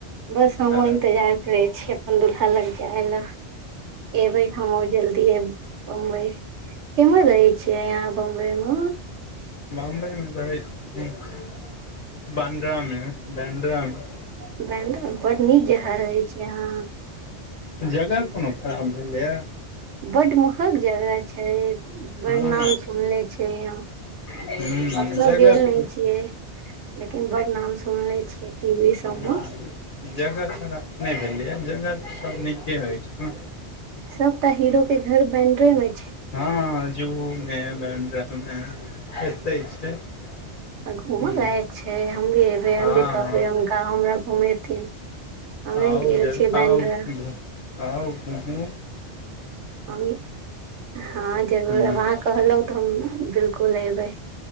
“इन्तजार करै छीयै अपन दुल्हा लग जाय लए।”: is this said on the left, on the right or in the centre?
Right